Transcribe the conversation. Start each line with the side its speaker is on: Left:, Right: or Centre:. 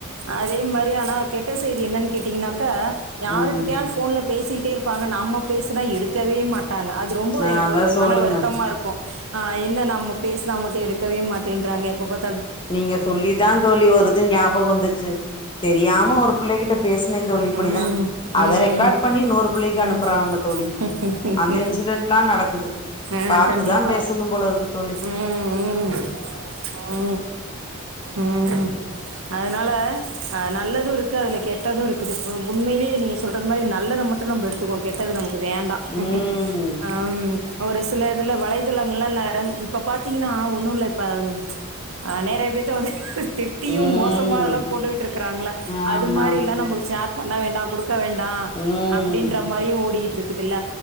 Right: அதே மாரி ஆனா கெட்ட செய்தி என்னன் கேட்டிங்ன்னாக்கா யாருக்கிட்டயாவ்
Left: ம்
Right: ஃபோன்ல பேசிட்டே இருப்பாங்க நம்ம பேசுனா எடுக்கவே மாட்டாங்க அத் து ரொம்ப
Left: நா
Right: எனக்கு
Left: அதா சொல்லுங்க
Right: மன வருத்தமா இருக்கும் ஆ என்ன நம்ம பேசுனா மட்டு எடுக்கவே மாட்டேன்றாங்க எப்ப பாத்
Left: நீங்க சொல்லி தா தோழி ஒரு இது ஞாபக் வந்துச்சு தெரியாம ஒரு புள்ள கிட்ட பேசுன தோழி இப்படிதா
Right: ம்
Left: அத
Right: ம்
Left: ரெக்கார்ட் பண்ணி இன்னொரு புள்ளைக்கு அனுப்புறாங்க
Right: ம்
Left: தோழி அந்த இன்சிடென்ட்லா நடக்குது
Right: ஆ
Left: பாத்து
Right: கண்டிப்பா
Left: தா பேசணும் போல இருக்கு தோழி
Right: ம் ம் ம் ம் அதனால நல்லதும் இருக்கு அதுல கெட்டதும் இருக் குது உண்மைலே நீங்க சொல்றது மாரி நல்லத மட்டும் நம்போ எடுத்துக்குவோ கெட்டது நமக்கு வேண்டா
Left: ம்
Right: ஆ ஒரு சில இதுல வலைதளங்கள்லா நெர இப்ப பாத்தீங்கன்னா ஒன்னு இல்ல இப்ப ஆ நேர பி தா வந்து டீயும்
Left: ம்
Right: மோசமாலா போட்டுட் இருக்கறாங்ளா
Left: ஆமாம்
Right: அது மாரிலா நம்போ ஷேர் பண்ண வேண்டா குடு க்க வேண்டா
Left: ம்
Right: அப்படின்ற மாரியும் ஓடீயிட் இருக்குதுல்ல